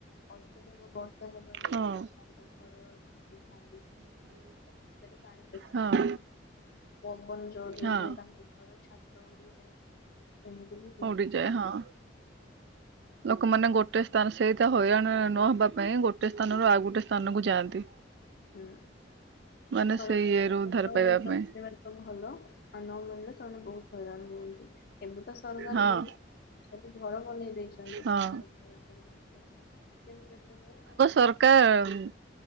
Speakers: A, on the left; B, on the right.
A: ଅତ୍ୟଧିକ ବର୍ଷା ହେବା ଦ୍ଵାରା
B: ହଁ
A: ତାଙ୍କ ଘର ତାକୁ ଭାଙ୍ଗିକି ତା ଦେହରେ ପାଣି ପଶିଯାଏ।
B: ହଁ
A: ପବନ ଜୋରରେ
B: ହଁ
A: ହୁଏ ତାଙ୍କ ଘର ଛାତ ଉଡିଯାଏ। ଏମିତି ବି ହୁଏ।
B: ଉଡିଯାଏ। ହଁ। ଲୋକମାନେ ଗୋଟେ ସ୍ଥାନ୍, ସେଇଟା ହଇରାଣ ନହବା ପାଇଁ ଗୋଟେ ସ୍ଥାନରୁ ଆଉ ଗୋଟେ ସ୍ଥାନକୁ ଯାଆନ୍ତି।
A: ହୁଁ।
B: ମାନେ
A: ସରକାରଙ୍କ
B: ସେଇ ଇଏରୁ ଉଦ୍ଧାର
A: ସହାୟତ
B: ପାଇବା ପାଇଁ
A: ଦେବାରେ ତ ଭଲ। ଆଉ ନ ମିଳିଲେ ସେମାନେ ବହୁ ହଇରାଣ ହୁଅନ୍ତି। ଏବେ ତ ସରକାର
B: ହଁ
A: ବହୁତ ସବୁ ଘର ବନେଇ ଦେଇଛନ୍ତି।
B: ହଁ
A: ସେମାନେ <inaudible> ବାତ୍ୟା ରୁ ବଞ୍ଚି <inaudible> କିନ୍ତୁ ଯେତେବେଳେ <unintelligible>
B: ଦରକା ଉଁ,